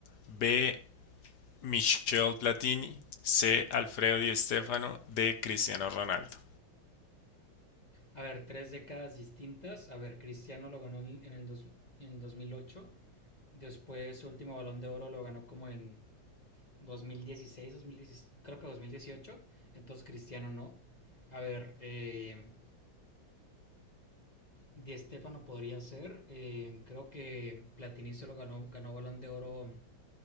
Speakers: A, on the left; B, on the left.
A: B. Michel Platini, C. Alfredo Di Stéfano, D. Cristiano Ronaldo.
B: A ver, tres décadas distintas. A ver, Cristiano lo ganó en el, dos- en el 2008. Después su último balón de oro lo ganó como en 2016, 2016 creo que 2018. Entonces Cristiano no. A ver, eh, Di Stéfano podría ser. eh, creo que Platini se lo ganó, ganó balón de oro